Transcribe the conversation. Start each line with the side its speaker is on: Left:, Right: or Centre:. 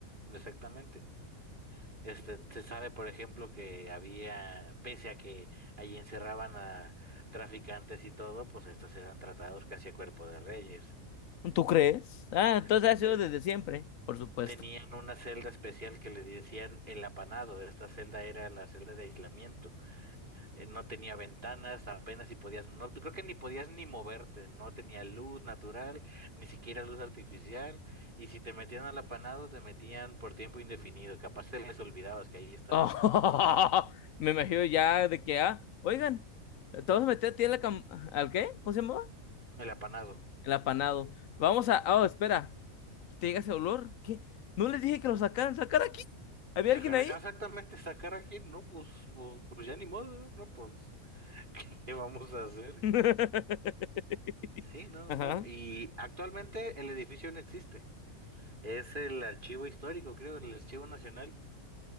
Right: exactamente. Este, se sabe, por ejemplo, que había, pese a que allí encerraban a traficantes y todo, pues estos eran tratados casi a cuerpo de reyes.
Left: ¿Tú crees? Ah, entonces
Right: Este,
Left: ha sido desde siempre, por supuesto.
Right: tenían una celda especial que le decían el apanado. Esta celda era la celda de aislamiento. Eh, no tenía ventanas, apenas si podías, no, creo que ni podías ni moverte, no tenía luz natural, ni siquiera luz artificial. Y si te metían al apanado, te metían por tiempo indefinido. Capaz te les olvidabas que ahí estabas.
Left: Oh, <laughs> me imagino ya de que, ah, oigan, te vas a meter a ti en la cam- ¿Al qué? ¿Cómo se llamaba?
Right: El apanado.
Left: El apanado. Vamos a. Oh, espera. ¿Te llega ese olor? ¿Qué? ¿No les dije que lo sacaran? ¿Sacar aquí? ¿Había
Right: Sacar
Left: alguien ahí?
Right: a- ah, exactamente, sacar a quién, no, pues, pues, pues ya ni modo, ¿eh? no, pues, <laughs> ¿qué le vamos a hacer?
Left: <laughs>
Right: Sí, no,
Left: Ajá.
Right: no, no, y actualmente el edificio no existe, es el archivo histórico, creo, el archivo nacional,